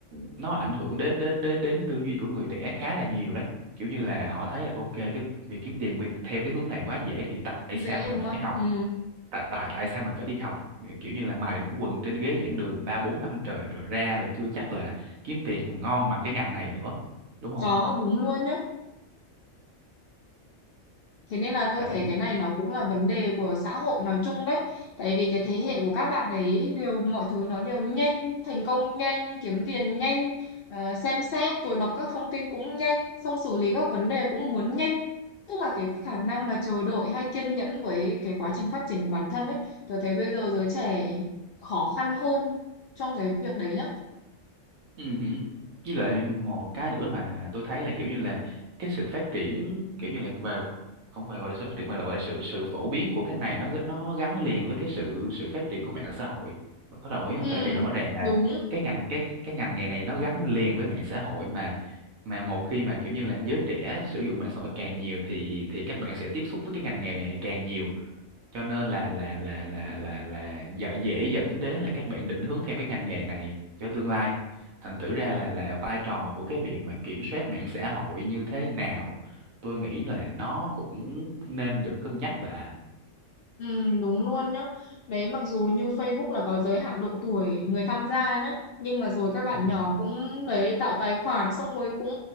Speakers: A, on the right; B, on the left.
A: nó ảnh hưởng đến đến đến đến tư duy của người trẻ khá là nhiều đấy kiểu như là họ thấy là ok cái việc kiếm tiền bị- theo cái hướng này quá dễ thì tại
B: Dễ
A: sao mình
B: đúng không?
A: phải học
B: Ừ.
A: tại tại tại sao mình phải đi học Ờ, kiểu như là mài đũng quần trên ghế giảng đường ba bốn năm trời rồi ra là chưa chắc là kiếm tiền ngon bằng cái ngành này nữa đúng
B: Đó,
A: không
B: đúng luôn nhá. Thế nên là tôi
A: đấy
B: thấy cái này nó cũng là vấn đề của xã hội nói chung đấy. Tại vì cái thế hệ của các bạn ấy đều mọi thứ nó đều nhanh, thành công nhanh, kiếm tiền nhanh, ờ, xem xét rồi đọc các thông tin cũng nhanh, xong xử lý các vấn đề cũng muốn nhanh. Tức là cái khả năng mà chờ đợi hay kiên nhẫn với cái quá trình phát triển của bản thân ấy, tôi thấy bây giờ giới trẻ khó khăn hơn trong cái việc đấy nhá.
A: Ừ. hử. Với lại một cái nữa mà tôi thấy là kiểu như là cái sự phát triển kiểu như là về không phải gọi là sự phát triển mà là gọi là sự sự phổ biến của cái này nó nó gắn liền với cái sự sự phát triển của mạng xã hội. Bà có đồng ý không?
B: Ừ,
A: Tại vì rõ ràng là
B: đúng.
A: cái ngành cái cái ngành nghề này nó gắn liền với mạng xã hội mà mà một khi mà kiểu như là giới trẻ sử dụng mạng xã hội càng nhiều thì thì các bạn sẽ tiếp xúc với cái ngành nghề này càng nhiều cho nên là là là là là là dễ dễ dẫn đến là các bạn định hướng theo cái ngành nghề này cho tương lai thành thử ra là là vai trò của cái việc mà kiểm soát mạng xã hội như thế nào tôi nghĩ là nó cũng nên được cân nhắc bà
B: Ừ, đúng luôn nhá. Đấy mặc dù như Facebook là có giới hạn độ tuổi người tham gia nhá, nhưng mà rồi các bạn
A: ừ.
B: nhỏ cũng đấy tạo tài khoản xong rồi cũng